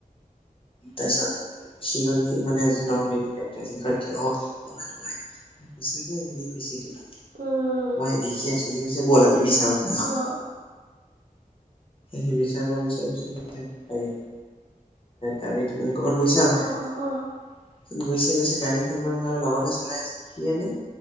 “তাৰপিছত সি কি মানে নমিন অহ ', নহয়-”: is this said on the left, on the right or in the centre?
Left